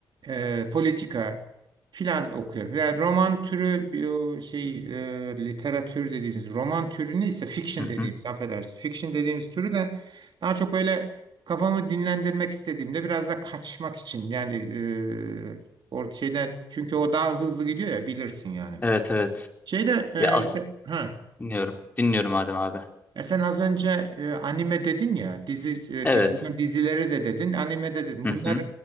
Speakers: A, on the right; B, on the left.
A: e, politika filan okuyorum. Yani roman türü bir o şey e, literatür dediğimiz roman türünü ise fiction
B: Hı
A: dediğimiz
B: hı.
A: affedersin. Fiction dediğimiz türü de daha çok böyle kafamı dinlendirmek istediğimde biraz da kaçmak için yani e, or şeyden çünkü o daha hızlı gidiyor ya bilirsin yani.
B: Evet evet.
A: Şeyde
B: Ya as
A: e, sen- ha.
B: dinliyorum. Dinliyorum Adem abi.
A: Ya sen az önce e, anime dedin ya, dizi e,
B: Evet.
A: televizyon dizileri de dedin, anime de dedin.
B: Hı
A: Bunlar
B: hı.